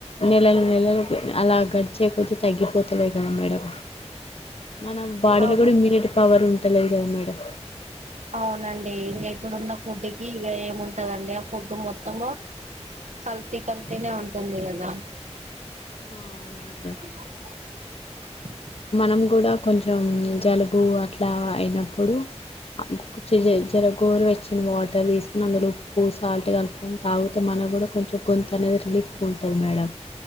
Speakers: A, on the left; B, on the right.
A: నెలలు నెలలు అలా గడిచే కొద్ది తగ్గిపోతలే కదా మేడం. మనం బాడీ
B: అవును
A: లో కూడా ఇమ్యూనిటీ పవర్ ఉంటలే దు మేడం.
B: అవునండి ఇంగా ఇప్పుడున్న ఫుడ్డుకి ఇగ ఏముంటదండి. ఆ ఫుడ్డు మొత్తము కల్తీ కల్తినే ఉంటుంది కదా.
A: ఆ అవును మే
B: ంది
A: మనం కూడా కొంచెం జలుబు అ ఇట్లా అయినప్పుడు ఆ కొచ్చి జర గోర వెచ్చని వాటర్ తీసుకొని అందులో ఉప్పు సాల్ట్ కలుపుకొని తాగుతే మనకు కూడా కొంచెం గొంతు అనేది రిలీఫ్గా ఉంటది మేడం.